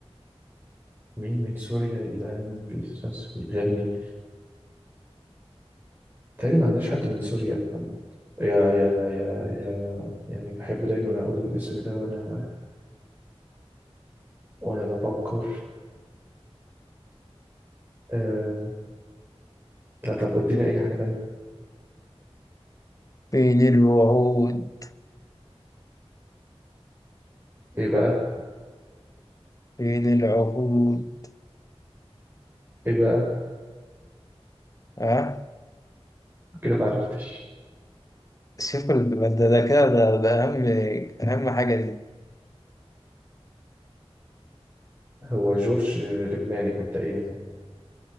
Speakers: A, on the right; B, on the left.
A: مين من سوريا يا جدعان مين بيس- بيغني تقريبا ما عندناش حد من سوريا يا يا يا يا يعني بحب دايما أقول الاسم ده وأنا وأنا بفكر آه... لا طب اديني اي حاجة تانية
B: فين الوعود
A: ايه بقى
B: فين العهود
A: ايه بقى
B: ها
A: كده ما عرفتش
B: شوف ال- ده ده كده ده, ده أهم أهم حاجة دي
A: هو جورج لبناني مبدئيا يعني